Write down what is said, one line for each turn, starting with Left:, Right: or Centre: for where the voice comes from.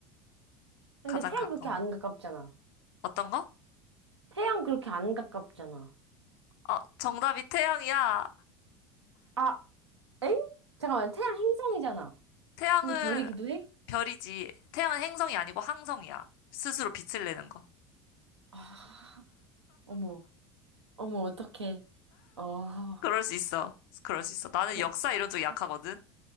Right: 근데
Left: 가장
Right: 태양
Left: 가까운
Right: 그렇게 안
Left: 별.
Right: 가깝잖아.
Left: 어떤 거?
Right: 태양 그렇게 안 가깝잖아.
Left: 어, 정답이 태양이야.
Right: 아, 엥? 잠깐만, 태양 행성이잖아.
Left: 태양은
Right: 근데 별이기도 해?
Left: 별이지. 태양은 행성이 아니고 항성이야. 스스로 빛을 내는 거.
Right: 아, 어머, 어머, 어떡해. 어,
Left: 그럴 수 있어. 그럴 수 있어. 나는
Right: 별.
Left: 역사 이런 쪽 약하거든.
Right: 아.